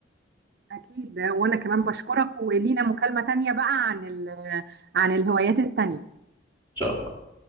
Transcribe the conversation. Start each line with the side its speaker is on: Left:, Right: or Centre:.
Right: أكيد وأنا كمان بشكرك ولينا مكالمة تانية بقى عن ال- عن الهوايات التانية
Left: ان شاء الله